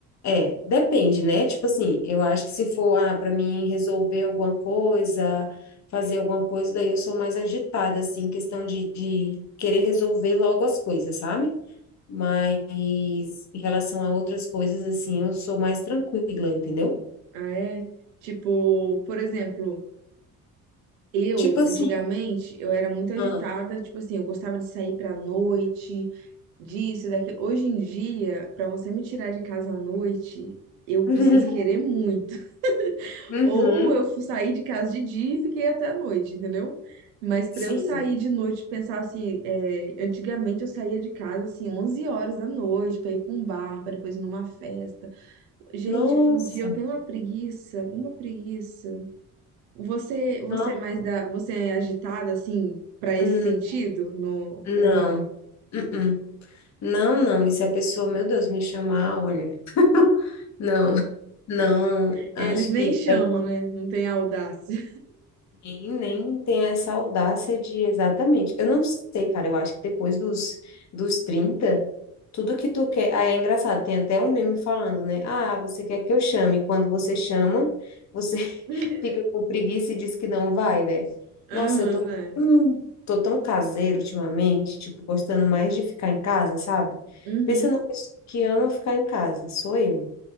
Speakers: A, on the left; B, on the right.
A: é, depende, né? Tipo assim, eu acho que se for, ah, para mim resolver alguma coisa, fazer alguma coisa, daí eu sou mais agitada, assim, questão de, de querer resolver logo as coisas, sabe? Mas em relação a outras coisas, assim, eu sou mais tranquila, entendeu?
B: Ah, é? Tipo, por exemplo... Eu,
A: Tipo assim.
B: antigamente, eu era muito agitada,
A: Ah.
B: tipo assim, eu gostava de sair pra noite, disso, e daquilo. Hoje em dia, pra você me tirar de casa à noite, eu
A: <laughs>
B: preciso querer muito.
A: Uhum,
B: Ou eu fu- saí de casa de dia e fiquei até a noite, entendeu? Mas pra
A: sim.
B: eu sair de noite, pensar assim, é, antigamente eu saía de casa assim 11 horas da noite pra ir pra um bar, pra depois ir numa festa. Gente,
A: Nossa.
B: hoje em dia eu tenho uma preguiça, uma preguiça. Você, você
A: Ah,
B: é mais da, você é agitada assim para esse
A: hum,
B: sentido, no,
A: não.
B: ou não?
A: Uh-uh. Não, não. E se a pessoa, meu Deus, me chamar, olha. <laughs> Não, não.
B: Eles
A: Acho
B: nem
A: que
B: chamam,
A: é.
B: né? Não tem audácia.
A: E nem tem essa audácia de exatamente. Eu não sei, cara, eu acho que depois dos, dos 30 tudo que tu quer. Aí é engraçado, tem até um meme falando, né? Ah, você quer que eu chame? Quando você chama, você <laughs>
B: <laughs>
A: fica com preguiça e diz que não vai, né?
B: Aham,
A: Nossa, eu tô,
B: né?
A: hum, tô tão caseiro ultimamente, tipo, gostando mais de ficar em casa, sabe?
B: Uhum.
A: Pensa numa pessoa que ama ficar em casa, sou eu.